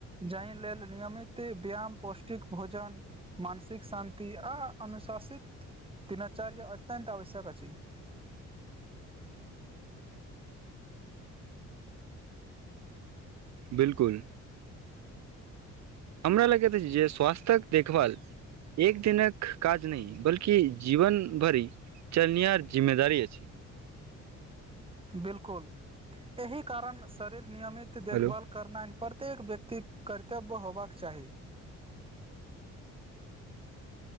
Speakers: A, on the right (about 20°); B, on the right (about 65°).
A: जाहि लेल नियमित व्यायाम पौष्टिक भोजन मानसिक शान्ति आ अनुशासित। तिनाचार्य अत्यत आवश्यक अछि
B: बिल्कुल हमरा लगैत अछि जे स्वास्थ्यक देखभाल एक दिनक काज नहि बल्कि जीवन भरि चलनिय जिम्मेदरी अछि।
A: बिल्कूल एहिह कारण शरीर नियमित देखभाल।
B: हेलो
A: करनाए प्रत्येक व्यक्तिक कर्तव्य होबाक चाही।